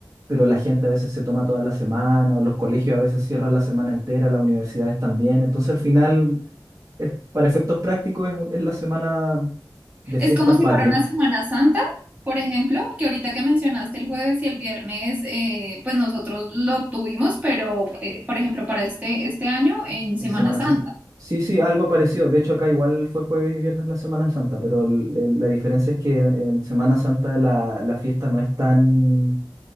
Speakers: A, on the right; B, on the right.
A: pero la gente a veces se toma toda la semana, o los colegios a veces cierran la semana entera, las universidades también, entonces al final... es- para efectos prácticos es, un- es la semana de fiestas
B: Es como si
A: patrias,
B: fuera una Semana Santa, por ejemplo, que ahorita que mencionaste el jueves y el viernes, eh, pues nosotros lo tuvimos, pero eh, por ejemplo para este, este año en Semana
A: en Semana
B: Santa,
A: Santa. Sí, sí, algo apareció. De hecho, acá igual fue jueves y viernes la Semana Santa, pero el- el- la diferencia es que en, en Semana Santa la, la fiesta no es tan,